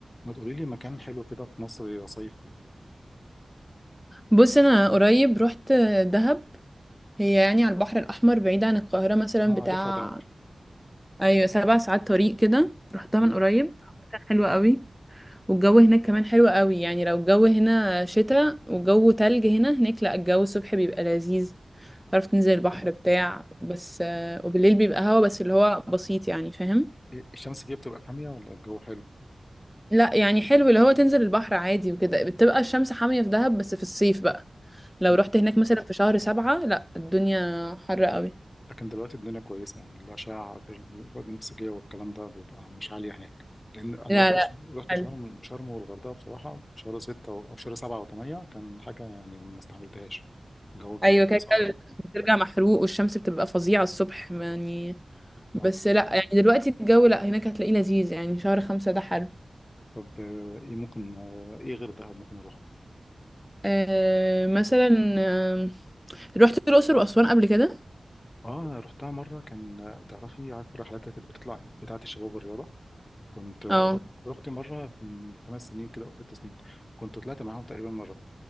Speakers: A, on the left (about 25°); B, in the centre.
A: ما تقولي لي مكان حلو كده في مصر يا صيف
B: بص انا قريب رحت دهب هي يعني على البحر الاحمر بعيد عن القاهره مثلا
A: ما
B: بتاع
A: عارفها دهب
B: ايوه سبع ساعات طريق كده رحتها
A: مم.
B: من قريب كانت حلوه قوي والجو هناك كمان حلو قوي يعني لو الجو هنا شتاء وجو تلج هنا هناك لا الجو الصبح بيبقى لذيذ تعرف تنزل البحر بتاع بس آه، وبالليل بيبقى هوا بس اللي هو بسيط يعني فاهم
A: إيه، الشمس فيها بتبقى حامية ولا الجو حلو
B: لا يعني حلو اللي هو تنزل البحر عادي وكده بتبقى الشمس حامية في دهب بس في الصيف بقى لو
A: مم.
B: رحت هناك مثلا في شهر سبعة لا الدنيا حر قوي
A: لكن دلوقتي الدنيا كويسة يعني الأشعة بال- بالبنفسجية والكلام ده بيبقى مش عالية هناك لأن أنا
B: لا
A: رحت
B: لا
A: ش- رحت
B: حلو
A: شرم شرم والغردقة بصراحة في شهر ستة أو أو في شهر سبعة وثمانية كان حاجة يعني ما استحملتهاش الجو كان
B: ايوه كده
A: صعب
B: كده
A: أوي
B: بترجع محروق والشمس بتبقى فظيعه الصبح يعني
A: آه.
B: بس لا يعني دلوقتي الجو لا هناك هتلاقيه لذيذ يعني شهر خمسة ده حلو
A: طب آه، إيه ممكن آه، إيه غير دهب ممكن أروح؟
B: آه مثلا آه رحت الاقصر واسوان قبل كده
A: آه رحتها مرة كان آه، تعرفي عارفة الرحلات اللي كانت بتطلع بتاعة الشباب والرياضة كنت رحت
B: اه
A: رحت مرة من من خمس سنين كده أو ست سنين كنت طلعت معاهم تقريبا مرة